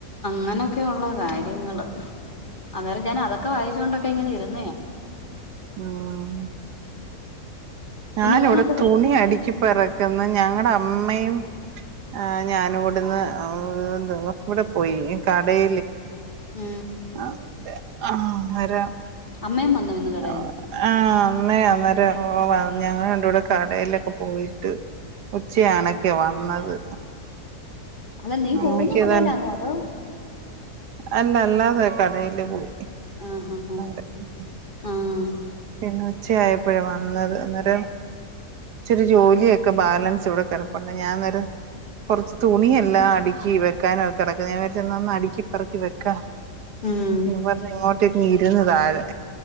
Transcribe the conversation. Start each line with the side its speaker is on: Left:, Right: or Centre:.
Left: അങ്ങനെയൊക്കെയള്ള കാര്യങ്ങള് അന്നേരം ഞാൻ അതൊക്കെ വായിച്ചുക കൊണ്ടൊക്കെ ഇങ്ങനെ ഇരുന്നതാ
Right: ഉം ഞാനിവിടെ
Left: പിന്നെ ഊണൊക്കെ കഴി
Right: തുണി അടുക്കിപ്പറക്കുന്ന ഞങ്ങളുടെ അമ്മയും ആ ഞാന ഇവിടെന്ന് എന്തോ ഇവിടെ പോയി കടൽേ
Left: ഉം
Right: അ തെ ആ ന്നേരാ
Left: അമ്മയും വന്നു ഇന്ന് കെട
Right: അ ആഹ അമ്മേ അന്നേര ഓ ഞങ്ങ ഞങ്ങൾ രണ്ടുടെ കൂടെ കടയിലൊക്കെ പോയിട്ട് ഉച്ചയണൊക്കെ വന്നത്
Left: അതാ നീ
Right: അമ്മയ്ക്ക്
Left: പോകുന്ന കടയിലാന്നോ
Right: ഇതാ
Left: അതോ
Right: അല്ല അല്ലാതെ കടയില് പോയി
Left: ആഹ് ആഹ്
Right: <unintelligible>
Left: ആഹ് ആഹ്
Right: പിന്നെ ഉച്ചയപ്പോഴേ വന്നത് അന്നേരം ഇചിരി ജോലിയൊക്കെ ബാലൻസ് ഇവിടെ കിടപ്പണ്ട് ഞാ നേരെ കുറച്ച് തുണിയല്ല എല്ല അടുക്കി വെക്കാനും ഒക്കെ കടക്ക ഞാൻ വന്ന് അടുക്കിപ്പറക്കി വെക്കാം
Left: ഉം
Right: ഇവർന്ന് ഇങ്ങോട്ടേക്ക് ഇരുന്നതാരെ